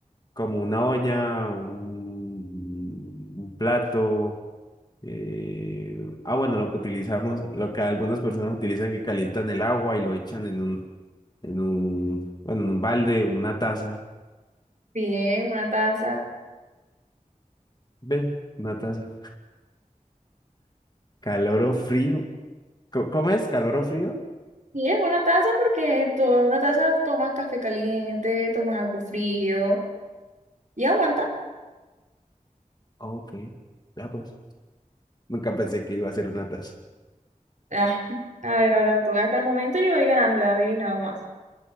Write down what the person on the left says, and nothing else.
como una olla, un, un plato. Eh, ah, bueno, lo que utilizamos, lo que algunas personas utilizan que calientan el agua y lo echan en un, en un, bueno, en un balde, una taza.
¿Ves? Una taza. Calor o frío. Co- ¿Cómo es? ¿Calor o frío?
Ah, ok. Ya pues. Nunca pensé que iba a ser una taza.